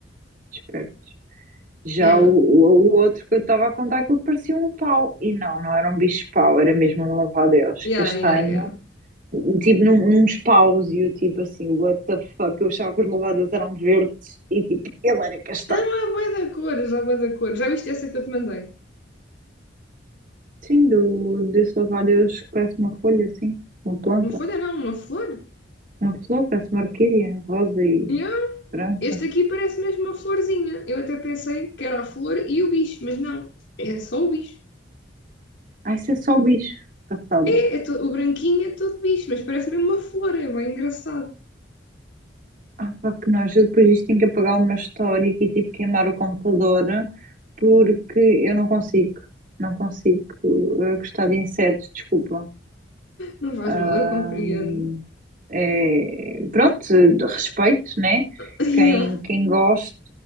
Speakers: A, on the right; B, on the left.
A: Esperto. Já
B: Yeah,
A: o, o, o outro que eu estava a contar, aquilo parecia um pau. E não, não era um bicho pau, era mesmo um louva-a-Deus
B: yeah,
A: castanho
B: yeah, yeah.
A: tipo num, num espáusio, tipo assim, what the fuck, eu achava que os louvadeus eram verdes e tipo, ele era castanho.
B: Não, há bué da cores, há bué da cor. Já viste essa que eu te mandei?
A: Sim, do, desse louvadeus que parece uma folha, assim, uma planta,
B: Uma folha não, uma flor?
A: uma flor, parece uma orquídea, rosa e
B: Yeah.
A: branca.
B: Este aqui parece mesmo uma florzinha. Eu até pensei que era a flor e o bicho, mas não. É só o bicho.
A: Ah, isso é só bicho, passada.
B: É, é todo- o branquinho é todo bicho, mas parece mesmo uma flor, é bem engraçado.
A: Ah, pá, que nós depois disto tenho que apagar uma história e tipo queimar o computador porque eu não consigo, não consigo eh, gostar de insetos, desculpa.
B: Não faz
A: Ahm,
B: mal, eu compreendo.
A: é, pronto, de respeito, né?
B: <laughs> Yeah.
A: Quem, quem goste,